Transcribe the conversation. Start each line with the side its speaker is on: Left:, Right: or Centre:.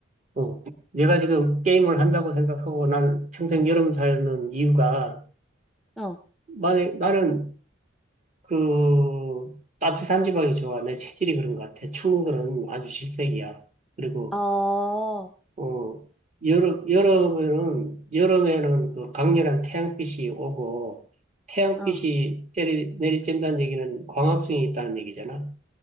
Right: 어. 내가 지금 게임을 한다고 생각하고 난 평생 여름 살는 이유가,
Centre: 어,
Right: 만약 나는 그 따뜻한 지방이 좋아. 내 체질이 그런 것 같아. 추운 거는 아주 질색이야. 그리고,
Centre: 어,
Right: 어, 여름, 여름에는, 여름에는 그 강렬한 태양빛이 오고, 태양빛이
Centre: 어,
Right: 때리, 내리쬐는다는 얘기는 광합성이 있다는 얘기잖아.